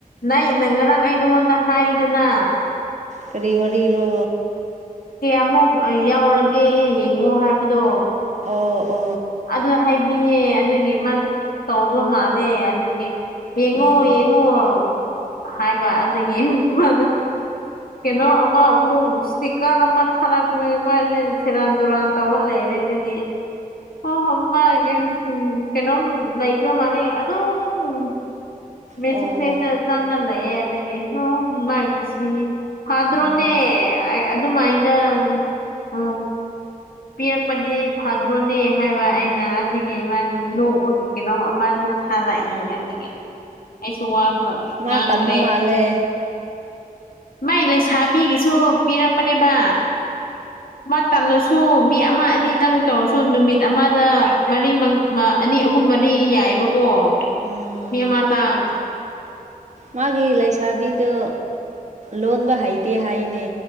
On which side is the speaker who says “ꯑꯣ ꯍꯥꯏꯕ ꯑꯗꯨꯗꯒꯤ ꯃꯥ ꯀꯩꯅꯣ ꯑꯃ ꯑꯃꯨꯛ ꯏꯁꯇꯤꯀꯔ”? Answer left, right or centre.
Left